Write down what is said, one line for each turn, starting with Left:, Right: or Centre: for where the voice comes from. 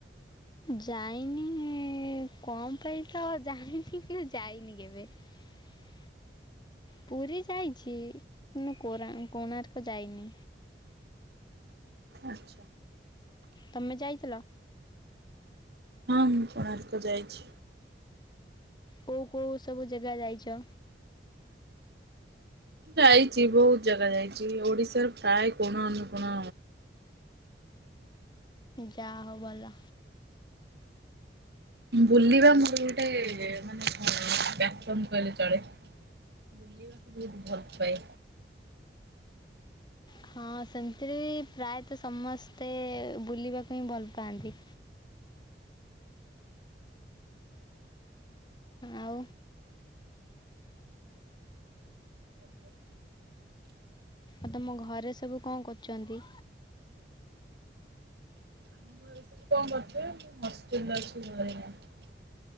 Left: ଯାଇନି କଣ ପାଇଁ ତ ଜାଣିନି କିନ୍ତୁ ଯାଇନି କେବେ। ହଁ <unintelligible> ପୁରୀ ଯାଇଛି କିନ୍ତୁ କୋଣାର୍କ ଯାଇନି।
Right: ଆଚ୍ଛା
Left: ତମେ ଯାଇଥିଲ?
Right: ମୁ କୋଣାର୍କ ଯାଇଛି।
Left: କୋଉ କୋଉ ସବୁ ଜାଗା ଯାଇଛ?
Right: ଯାଇଛି ବହୁତ ଜାଗା ଯାଇଛି ଓଡିଶାର ପ୍ରାୟ କୋଣ ଅନୁକୋଣ
Left: ଯା ହଉ ଭଲ।
Right: ବୁଲିବା ମୋର ଗୋଟେ ମାନେ କଣ ମ୍ୟାସନ୍ କହିଲେ ଚଳେ। ବୁଲିବାକୁ ମୁଁ ବହୁତ ଭଲ ପାଏ।
Left: ହଁ ସେମିତିରେ ବି ପ୍ରାୟତଃ ସମସ୍ତେ ବୁଲିବାକୁ ଭଲ ପାଆନ୍ତି। ଆଉ।
Right: <inaudible>
Left: ଆଉ ତମ ଘରେ ସବୁ କଣ କରୁଛନ୍ତି?
Right: ଆମ ଘରେ କଣ କରୁଥିବେ ମୁଁ ହଷ୍ଟେଲ୍ ଅଛି ଘରେ ନାହିଁ।